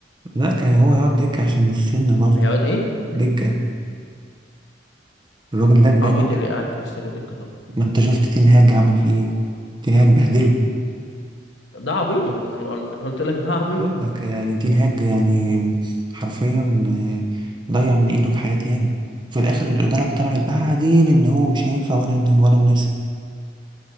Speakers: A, on the right; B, on the left.
A: لا كان هو هيقعد دكة عشان السن برضه
B: هيقعد ايه
A: دكة الراجل ده دايما
B: عبيط اللي قاعد كريستيانو دكة طبعا
A: ما انت شفت تين هاج عمل فيه ايه؟ تين هاج بهدله
B: ده عبيط ما هو انا بقول- أنا قلت لك ده عبيط
A: بقول لك يعني تين هاج يعني حرفيا آه، ضيع من ايده حياة ياما في الاخر الاداره طلعت بعدين ان هو مش هينفع ولا إن ولا مناسب